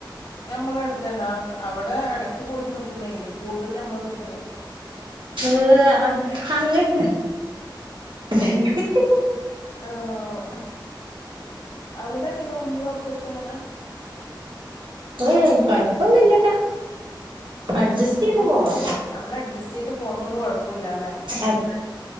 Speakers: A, on the left (about 80°); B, on the right (about 80°).
A: ഞമ്മളെ ഇവട്ത്തന്നാ അവിടെ എടക്ക് പോയിട്ട് നിക്കുന്നെ ഇള്ളൂ കൂടുതൽ ഞമ്മള് ഇവിടെ തന്നെ നിക്ക
B: ഏഹ് അങ്ങൻ <unintelligible>
A: ആഹ് അവിടെ എങ്ങനെ ഉമ്മി, ഉപ്പക്കെ എങ്ങനാ?
B: ഏഹ് കൊഴപ്പൊന്നുല്ല അഡ്ജസ്റ്റ്
A: ഉം നമ്മൾ
B: ചെയ്ത്
A: ഒപ്പിച്ച്
B: പോവാ
A: കൊ നമ്മൾ അഡ്ജസ്റ്റ് ചെയ്തിട്ട് പോന്നോണ്ട് കുഴപ്പമില്ല അല്ലേ
B: അത്